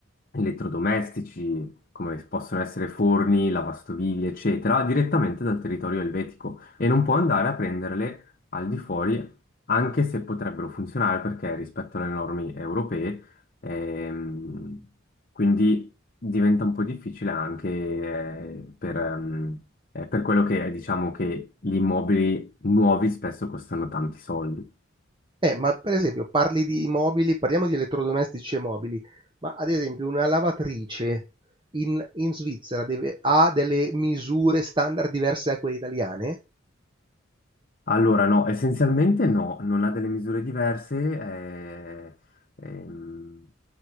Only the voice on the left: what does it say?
elettrodomestici, come possono essere forni, lavastoviglie, eccetera, direttamente dal territorio elvetico e non può andare a prenderle al di fuori, anche se potrebbero funzionare perché rispetto alle norme europee. Ehm, quindi diventa un po' difficile anche eh, per, ehm, eh, per quello che è, diciamo che gli immobili nuovi spesso costano tanti soldi.
Allora, no, essenzialmente no, non ha delle misure diverse, eh, ehm,